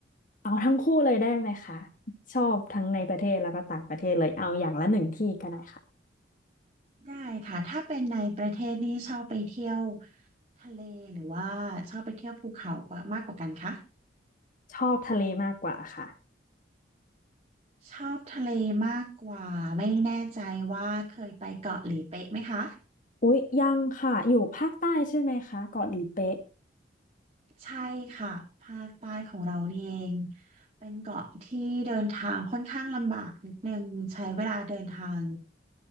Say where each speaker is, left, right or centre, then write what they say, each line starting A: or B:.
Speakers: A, on the left; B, on the right.
A: เอาทั้งคู่เลยได้ไหมคะชอบทั้งในประเทศแล้วก็ต่างประเทศเลยเอาอย่างละหนึ่งที่ก็ได้ค่ะ
B: ได้ค่ะถ้าเป็นในประเทศนี่ชอบไปเที่ยวทะเลหรือว่าชอบไปเที่ยวภูเขากว่ามากกว่ากันคะ
A: ชอบทะเลมากกว่าค่ะ
B: ชอบทะเลมากกว่าไม่แน่ใจว่าเคยไปเกาะหลีเป๊ะไหมคะ
A: อุ๊ยยังค่ะอยู่ภาคใต้ใช่ไหมคะเกาะหลีเป๊ะ
B: ใช่ค่ะภาคใต้ของเรานี่เองเป็นเกาะที่เดินทางค่อนข้างลำบากนิดนึงใช้เวลาเดินทาง